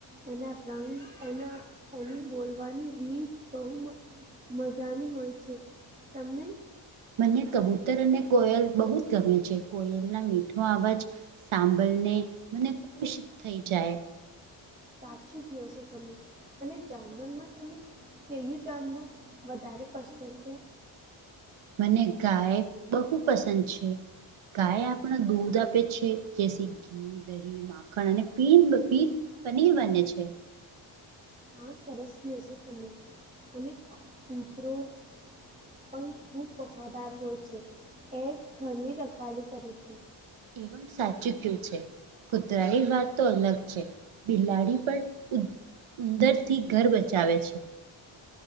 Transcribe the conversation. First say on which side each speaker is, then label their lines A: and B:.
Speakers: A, on the right; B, on the right.
A: એના રંગ, એના ઓલુ બોલવાની રીત બઉ મ મજાની હોય છે, તમને?
B: મને કબૂતર અને કોયલ બહુ જ ગમે છે કોયલ ના મીઠો અવાજ. સાંભળને મને ખુશ થઈ જાય.
A: સાચું ક્યો છો તમે, અને જાણવાની માં તમે ક્યુ જાનવર વધારે પસંદ છે?
B: મને ગાય બહુ પસંદ છે. ગાય આપણા દૂધ આપે છે, દેશી ઘી દહીં માખણ અને પનીર બને છે.
A: હ સરસ કયો છો તમે અને <unintelligible> પણ ખૂબ વફાદાર હોય છે, એ ઘરની રખવાળી કરે છે.
B: એવમ સાચુ કયું છે. કુતરાની વાત તો અલગ છે, બિલાડી પણ ઉંદરથી ઘર બચાવે છે.